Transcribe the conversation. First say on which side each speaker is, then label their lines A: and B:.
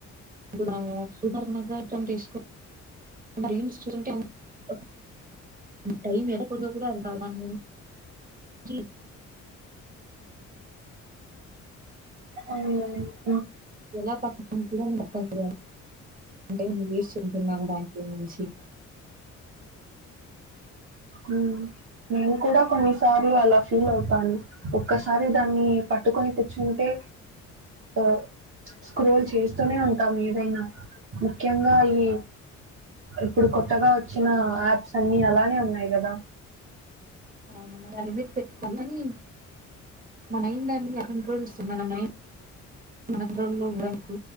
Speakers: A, on the right; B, on the right.
A: <unintelligible> సుధర్నగటం తీసుకో కుండా రీల్స్ చూసుంటే అవును ఆ టైం ఎనకుందొ కూడా దా దాన్ని చీవ్
B: అవునవును
A: ఎలా పక్కకుంటడో అర్థం తెలియ అంటే నువ్వు <unintelligible> వానికి ఏమైనా సా
B: మ్మ్ నేను కూడా కొన్నిసార్లు అలా ఫీల్ అవుతాను. ఒక్కసారి దాన్ని పట్టుకొని కూర్చుంటె టే ఆ స్క్రోల్ చేస్తూనే ఉంటాం ఏదైనా ముఖ్యంగా ఈ ఇప్పుడు కొత్తగా వచ్చిన యాప్స్ అన్ని అలానే ఉన్నాయి కదా!
A: అవును మరీ ఆ లిమిట్ పెట్ <unintelligible> మా మైండ్ <unintelligible> కంట్రోల్స్ మన మైండ్ మంత్రంలో బ్రాంతు